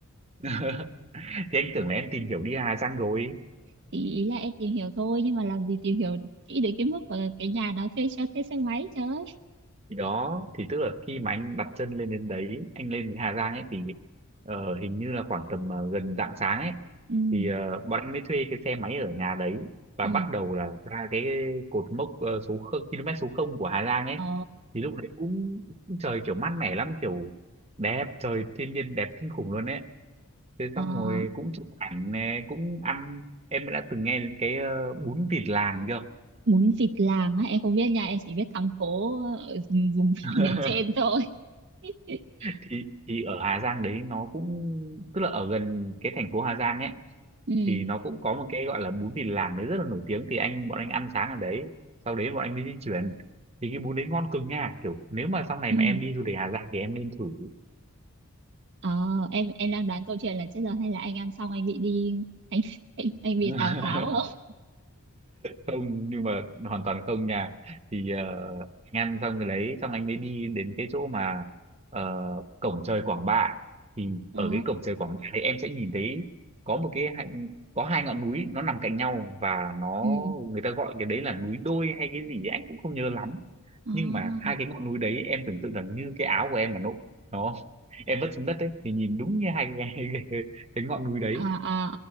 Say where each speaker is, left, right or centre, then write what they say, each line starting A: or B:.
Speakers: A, on the right; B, on the right.
A: <laughs> thì anh tưởng là em tìm hiểu đi Hà Giang rồi
B: ý ý là em tìm hiểu thôi nhưng mà làm gì tìm hiểu kỹ đến cái mức mà cái nhà đó thuê cho thuê xe máy trời ơi
A: thì đó thì tức là khi mà anh đặt chân lên đến đấy anh lên đến Hà Giang ấy thì ờ, hình như là khoảng tầm ờ, gần rạng sáng ấy
B: ừ
A: thì ờ, bọn anh mới thuê cái xe máy ở nhà đấy và
B: ừ
A: bắt đầu là ra cái cột mốc ờ, số không, km số 0 của Hà Giang ấy
B: ờ
A: thì lúc đấy cũng, cũng trời kiểu mát mẻ lắm kiểu đẹp trời thiên nhiên đẹp kinh khủng luôn ấy thế
B: à,
A: xong rồi cũng chụp ảnh nè cũng ăn em đã từng nghe đến cái ờ, bún vịt làng chưa
B: bún vịt làng á em không biết nha em chỉ biết thắng cố ở vùng <laughs>
A: <laughs>
B: miền trên thôi <laughs>
A: thì thì ở Hà Giang đấy nó cũng tức là ở gần cái thành phố Hà Giang ấy
B: ừ
A: thì nó cũng có một cái gọi là bún Vịt Làng đấy rất là nổi tiếng thì anh bọn anh ăn sáng ở đấy sau đấy bọn anh mới di chuyển thì cái bún đấy ngon cực nha kiểu nếu mà sau này
B: ừ
A: mà em đi du lịch Hà Giang thì em nên thử
B: ờ em em đang đoán câu chuyện là chết rồi hay là anh ăn xong anh bị đi anh <laughs> anh, anh bị
A: <laughs>
B: Tào Tháo không
A: không nhưng mà hoàn toàn không nha thì ờ, anh ăn xong cái đấy xong anh mới đi đến cái chỗ mà ờ, cổng trời Quảng Bạ thì
B: ờ
A: ở cái cổng trời Quảng Bạ thì em sẽ nhìn thấy có một cái hai- có hai ngọn núi nó nằm cạnh nhau và nó
B: ừ
A: người ta gọi cái đấy là núi đôi hay cái gì ấy, anh cũng không nhớ lắm
B: ờ
A: nhưng mà hai cái ngọn núi đấy em tưởng tượng rằng như cái áo của em mà nó nó <laughs> em vứt xuống đất ấy thì nhìn đúng như hai cái, <laughs> cái, cái ngọn núi đấy
B: à à